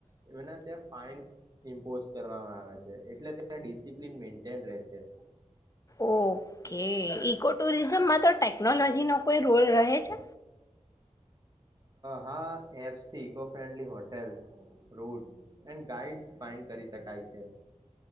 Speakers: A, on the right; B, on the left.
A: એના ત્યાં ફાઈન્સ ઇમ્પોઝ કરવામાં આવે છે એટલે ત્યાં ડિસિપ્લીન મેન્ટેન રહે છે
B: ઓકે ઈકો ટુરિઝમમાં તો ટેકનોલોજી નો કોઈ રોલ રહે છે
A: હા એપ્સ થી eco friendly hotels routes and guide find કરી શકાય છે